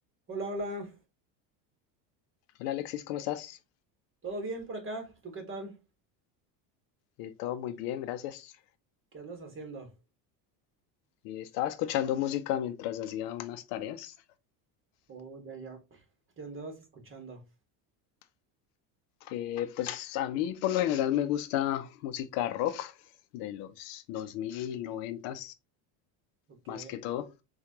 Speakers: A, on the right; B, on the left.
A: Hola, hola.
B: Hola Alexis, ¿cómo estás?
A: ¿Todo bien por acá? ¿Tú qué tal?
B: Eh, todo muy bien, gracias.
A: ¿Qué andas haciendo?
B: Eh, estaba escuchando música mientras hacía unas tareas.
A: Oh, ya, ya. ¿Qué andabas escuchando?
B: Eh, pues a mí por lo general me gusta música rock de los 2000, 90
A: Ok.
B: más que todo,